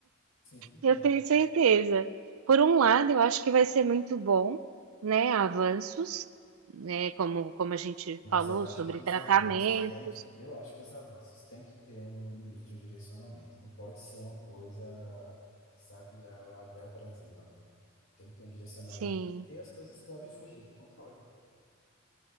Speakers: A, on the left (about 70°); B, on the right (about 80°).
A: Simplesmente.
B: Eu tenho certeza. Por um lado, eu acho que vai ser muito bom, né? Avanços, né? Como, como a gente
A: Mas
B: falou
A: eu acho
B: sobre
A: que os
B: tratamentos.
A: avanços têm que, eu acho que os avanços têm que ter um limite, um direcionamento. Não pode ser uma coisa, sabe, a, a bel prazer, não. Tem que ter um direcionamento,
B: Sim,
A: porque as coisas podem fugir do controle.